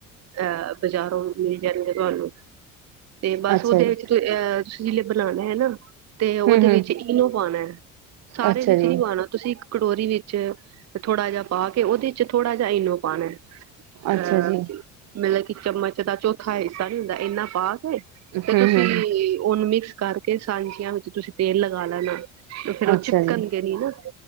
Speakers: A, on the right; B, on the right.
A: ਅਹ ਬਜ਼ਾਰੋਂ ਮਿਲ ਜਾਣਗੇ ਤੁਹਾਨੂੰ ਤੇ ਬਸ
B: ਅੱਛਾ
A: ਉਹਦੇ
B: ਜੀ
A: ਵਿੱਚ ਅਹ ਤੁਸੀਂ <unintelligible> ਬਣਾਉਣੇ ਹੈ ਨਾ। ਤੇ ਉਹਦੇ
B: ਹਮ ਹਮ
A: ਵਿੱਚ ਇਨੋ ਪਾਉਣਾ ਹੈ ਸਾਰੇ
B: ਅੱਛਾ
A: ਵਿੱਚ
B: ਜੀ
A: ਚ ਨੀ ਪਾਉਣਾ ਤੁਸੀ ਕਟੋਰੀ ਵਿੱਚ ਥੋੜਾ ਜਹਾ ਪਾ ਕੇ ਉਹਦੇ ਚ ਥੋੜਾ ਜਹਾ ਇਨੋ ਪਾਉਣਾ। ਅਹ
B: ਅੱਛਾ ਜੀ
A: ਮਤਲਬ ਕਿ ਚਮਚ ਜਿੱਦਾਂ ਚੌਥਾ ਹਿੱਸਾ ਨਹੀਂ ਹੁੰਦਾ ਇੰਨਾ ਪਾ ਤੇ
B: ਹਮ
A: ਤੁਸੀਂ
B: ਹਮ
A: ਉਹਨੂੰ ਮਿਕਸ ਕਰਕੇ ਸਾਂਚੀਆਂ ਵਿੱਚ ਤੁਸੀਂ ਤੇਲ ਲਗਾ ਲੈਣਾ। ਤੇ ਫੇਰ ਉਹ
B: ਅੱਛਾ
A: ਚਿਪਕਣ
B: ਜੀ
A: ਨੀ ਨਾ